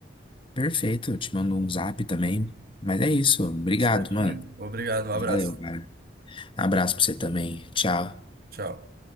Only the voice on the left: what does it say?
Perfeito, eu te mando um zap também. Mas é isso, obrigado,
mano.
Valeu, cara. Abraço pra você também. Tchau.